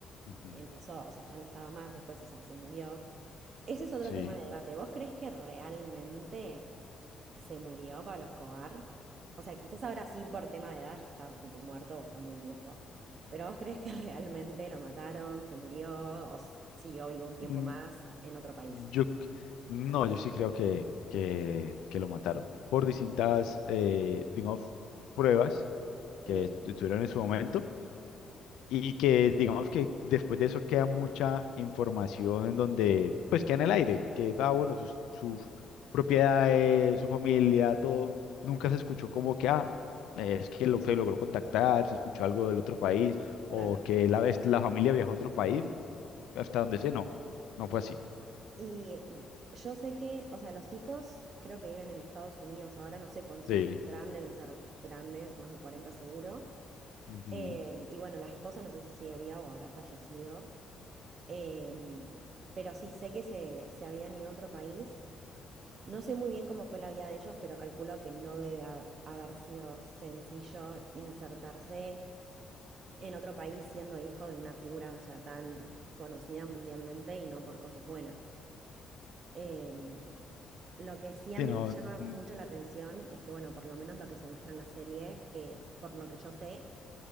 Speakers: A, on the left (about 80°); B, on the right (about 50°).
A: Ujú,
B: empezó, o sea, ya no estaba más después, o sea, se murió. Ese es otro
A: Sí.
B: tema de debate. ¿Vos crees que realmente ¿Se murió Pablo Escobar? O sea, quizás ahora sí por tema de edad ya está tipo muerto o está muy viejo. Pero ¿vos crees que <laughs> realmente lo mataron, se murió o s- siguió vivo un tiempo
A: Mm,
B: más en otro país?
A: Yo, c- no, yo sí creo que, que, que lo mataron por distintas, eh, digamos, pruebas
B: Bien,
A: que tu- tuvieron en su momento y que, digamos, que después de eso queda mucha información en donde, pues, queda en el aire, que, ah, bueno, sus, sus propiedades, su familia, todo, nunca se escuchó como que, ah, es que lo, se logró contactar, se escuchó algo del otro país o
B: claro.
A: que la, vez- la familia viajó a otro país, hasta donde sé, no, no fue así.
B: Y yo sé que, o sea, los hijos creo que viven en Estados Unidos ahora, no sé cuántos
A: Sí.
B: años tendrán, deben ser grandes, más de 40 seguro.
A: Ujú.
B: Em, y bueno, la esposa no sé si sigue viva o habrá fallecido. Em, pero sí, sé que se, se habían ido a otro país No sé muy bien cómo fue la vida de ellos, pero calculo que no debe ha- haber sido sencillo insertarse en otro país siendo hijo de una figura, o sea, tan conocida mundialmente y no por cosas buenas. Em, lo que sí a
A: Sí,
B: mí
A: no,
B: me llama
A: Mm,
B: mucho la atención es que, bueno, por lo menos lo que se muestra en la serie, que por lo que yo sé,